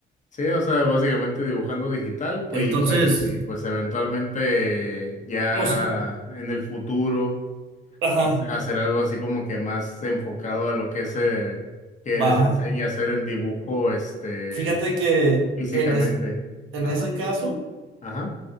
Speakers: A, on the left; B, on the right.
A: sí, o sea, básicamente dibujando digital, pues,
B: Entonces,
A: y pues, y pues eventualmente ya
B: no sé.
A: en el futuro
B: Ajá,
A: hace- hacer algo así como que más enfocado a lo que es eh, que
B: va.
A: les enseñe a hacer el dibujo este
B: Fíjate que
A: físicamente.
B: en, es- en
A: Ajá,
B: ese caso,
A: ajá.